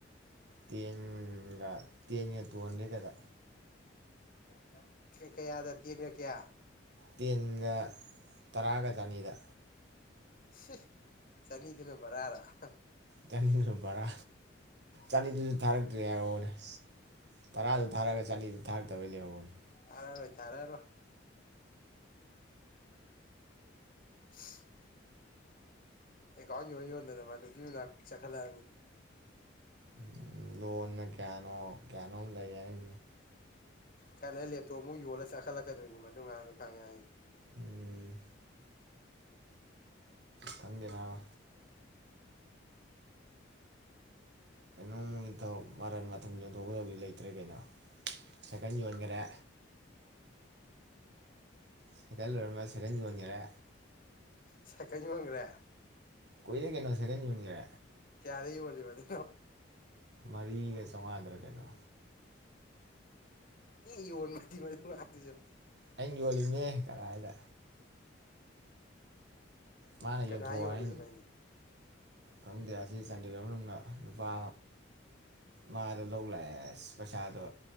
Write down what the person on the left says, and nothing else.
ꯌꯥ ꯌꯥ ꯀ ꯀꯩꯌꯥꯗ ꯇꯦꯟꯒ ꯀꯌꯥ
ꯍ ꯆꯅꯤꯗꯨꯅ ꯐꯔꯔꯥ ꯑꯍ
ꯊꯥꯔꯣꯏ ꯊꯥꯔꯣꯏ <unintelligible> ꯀꯥꯎ ꯑꯣꯏ ꯋꯥꯗ ꯃꯥ ꯄ ꯂ ꯆ ꯈꯜꯂ
ꯀꯥꯏꯅ ꯂꯩꯦ ꯇꯣ ꯌ ꯋꯥꯂ ꯆ ꯂ ꯆꯛꯀꯗꯣꯏꯅꯤ ꯃꯗꯨ ꯉꯥꯡꯗꯣ ꯈꯥꯡꯉꯦ ꯍꯥꯏꯗꯤ
ꯆꯀꯅꯤ ꯃꯪ꯭ꯔꯥ
ꯀꯔꯤ ꯏ ꯋꯥꯔꯤꯣꯜꯂꯤꯕꯗꯨ
ꯌ ꯋꯥꯟ ꯃꯥꯗꯤ ꯃꯥ ꯃꯥꯇꯁ
ꯀꯅꯥ
ꯌꯣꯜꯂꯤꯕ ꯅꯪꯅꯦ